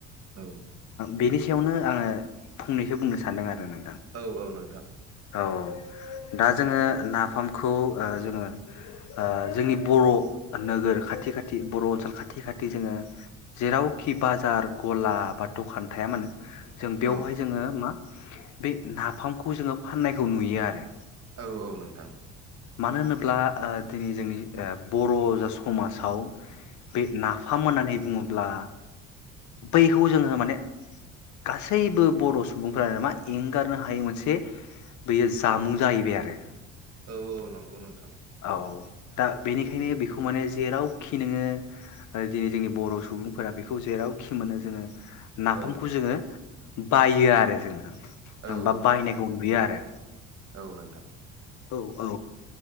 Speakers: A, on the right (about 50°); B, on the left (about 65°).
A: औ
B: बेनि सायावनो आङो फंनैसो बुंनो सानदों आरो ना
A: औ औ नोंथां।
B: औ दा जोङो नाफामखौ ओ जोङो ओ जोंनि बर' नोगोर खाथि खाथि बर' ओनसोल खाथि खाथि जोङो जेरावखि बाजार गला बा दखान थाया मानो जों बेवहाय
A: औ
B: जोङो मा बे नाफामखौ जोङो फाननायखौ नुयो आरो।
A: औ औ नोंथां।
B: मानो होनोब्ला ओ दिनै जोंनि बर' जा समाजाव बे नाफाम होननानै बुङोब्ला बैखौ जोङो माने गासैबो बर' सुबुंफ्रानो मा एंगारनो हायै मोनसे बेयो जामुं जाहैबाय आरो।
A: औ औ नंगौ नोंथां।
B: औ दा बेनिखायनो
A: औ
B: बेखौ माने जेरावखि नोङो ओ दिनै जोंनि बर' सुबुंफोरा बेखौ जेरावखि मोनो जोङो नाफामखौ
A: औ
B: जोङो बायो आरो जोङो।
A: औ
B: आंबा बाहायनायखौ
A: औ
B: नुयो आरो।
A: औ नोंथां।
B: औ औ